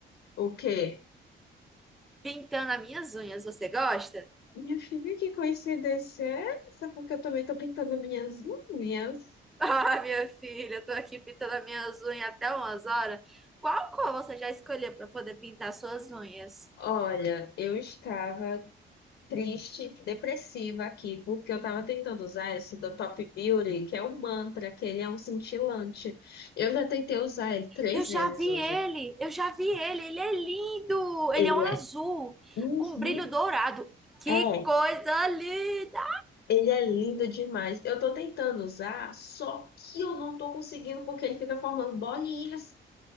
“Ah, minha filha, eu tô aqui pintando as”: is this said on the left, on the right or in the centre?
Centre